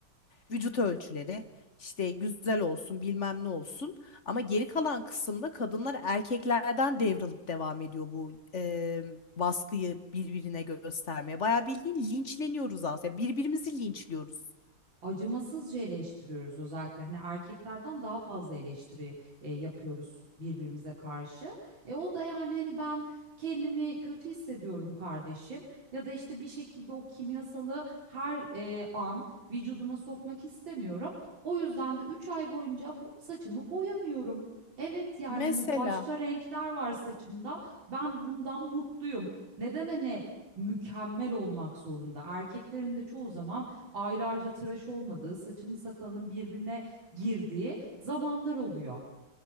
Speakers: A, on the left; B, on the right.
A: Vücut ölçüleri işte güzel olsun bilmem ne olsun. Ama geri kalan kısımda kadınlar erkeklerden devralıp devam ediyor bu e, baskıyı birbirine göstermeye. Bayağı bildiğin linçleniyoruz aslında. Birbirimizi linçliyoruz.
B: acımasızca eleştiriyoruz özellikle. Hani erkeklerden daha fazla eleştiri e, yapıyoruz birbirimize karşı. E o da yani hani ben kendimi kötü hissediyorum kardeşim ya da işte bir şekilde o kimyasalı her e, an vücuduma sokmak istemiyorum. O yüzden de 3 ay boyunca bo- saçımı boyamıyorum. Evet yani
A: Mesela
B: hani başka renkler var saçımda. Ben bundan mutluyum. Neden hani mükemmel olmak zorunda? Erkeklerin de çoğu zaman aylarca tıraş olmadığı, saçının sakalının birbirine girdiği zamanlar oluyor.